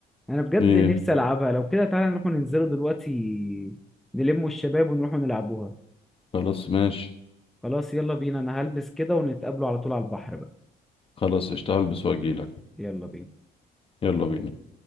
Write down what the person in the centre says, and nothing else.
انا بجد
نفسي العبها لو كده تعالى نروح ننزلوا دلوقتي نلموا الشباب ونروحوا نلعبوها
خلاص يلا بينا انا هلبس كده ونتقابلوا على طول على البحر بقى
يلا بينا